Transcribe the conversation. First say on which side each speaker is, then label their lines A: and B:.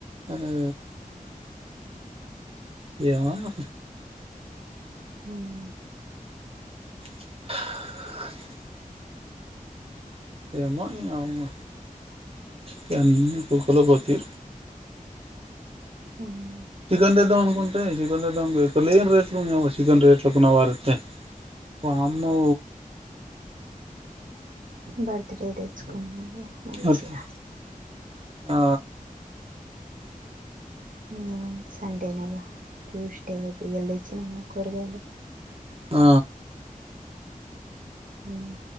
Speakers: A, on the right; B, on the right.
A: అదే ఎమో నా
B: అవున
A: <unintelligible> ఏందో నీ యామ్మ ఇగ అన్ని <unintelligible> పొత్తు
B: ఉమ్.
A: చికెన్ తెద్దామనుకుంటే చికెన్ తేద్దమానుకో ఎక్క లేని రేట్లు నీ యావ్వ చికెన్ రేట్లు కొన్నవారే వామ్మో
B: బర్త్ డే కీ తెచ్చుకుందాం లే మంచిగా
A: అట్లా ఆ
B: నిన్న సండేనేగా ట్యూషన్ టైం అప్పుడు వెళ్ళి తెచ్చినవా కూరగాయలు
A: ఆ
B: మ్మ్